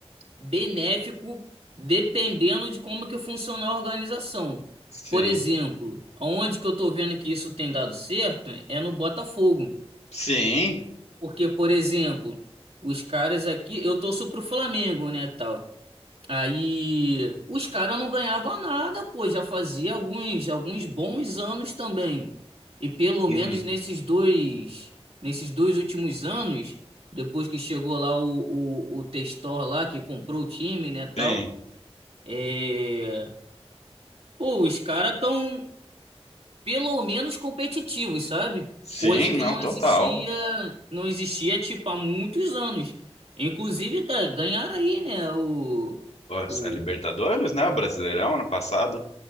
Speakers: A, on the right; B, on the left.
A: benéfico dependendo de como que funciona a organização.
B: Sim.
A: Por exemplo, onde que eu tô vendo que isso tem dado certo é no Botafogo.
B: Sim.
A: Porque, por exemplo, os caras aqui, eu torço pro Flamengo, né, tal. Aí os caras não ganhavam nada, pô, já fazia alguns, alguns bons anos também. E pelo
B: Uhum.
A: menos nesses dois, nesses dois últimos anos, depois que chegou lá o, o, o Testor lá que comprou o time, né, tal,
B: Sim.
A: é... pô, os caras tão pelo menos competitivos, sabe?
B: Sim,
A: Coisa que
B: não,
A: não
B: total.
A: existia, não existia tipo há muitos anos. Inclusive, tá, ganharam aí, né, o,
B: Pô, A
A: o
B: Libertadores, né? O Brasileirão ano passado.